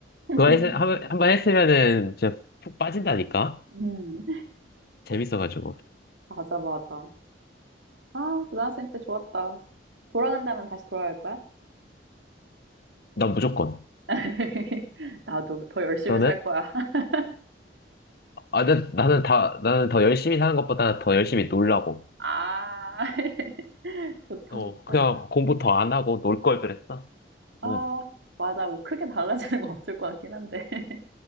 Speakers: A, on the right; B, on the left.
A: <laughs>
B: 그거 했, 한, 한번 했으면은 진짜 푹 빠진다니까?
A: 음.
B: 재밌어가지고.
A: 맞아, 맞아. 아, 고등학생 때 좋았다. 돌아간다면 다시 돌아갈 거야?
B: 난 무조건.
A: <laughs> 나도 더 열심히
B: 너는?
A: 살 거야. <laughs>
B: 아, 나, 나는 다, 나는 더 열심히 사는 것보다 더 열심히 놀라고.
A: 아, <laughs> 좋다,
B: 어,
A: 좋다.
B: 그냥 공부 더 안 하고 놀 걸 그랬어.
A: 아,
B: 뭐,
A: 맞아. 뭐 크게 달라지는 거 없을 것 같긴 한데. <laughs>